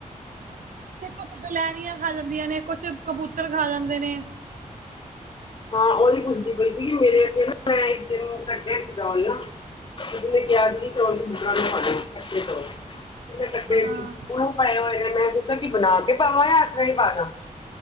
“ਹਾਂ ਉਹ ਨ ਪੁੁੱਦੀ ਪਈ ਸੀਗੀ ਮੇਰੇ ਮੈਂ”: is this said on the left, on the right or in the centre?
Left